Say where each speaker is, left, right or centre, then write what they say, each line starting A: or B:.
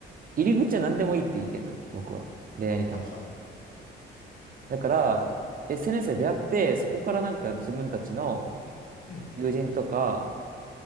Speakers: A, on the right; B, on the left.
A: 入り口は何でもいいっていう意見なの、僕は。恋愛に関して。
B: はいはい。
A: だから、SNS で出会って、そこからなんか自分たちの
B: うん。
A: 友人とか、